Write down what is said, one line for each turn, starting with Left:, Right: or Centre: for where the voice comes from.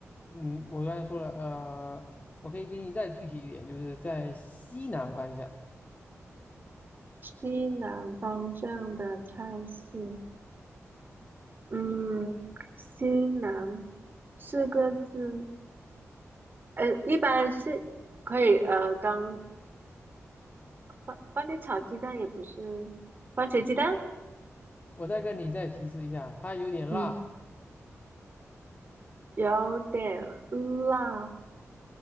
Left: 嗯，我刚才说了，呃，我可以给你再具体一点，就是在西南方向，
Right: 西南方向的菜系，嗯，西南四个字，呃，一般是可以呃当番番茄炒鸡蛋，也不是番茄鸡蛋，
Left: 我再跟你再提示一下，它有点辣，
Right: 嗯。有点辣，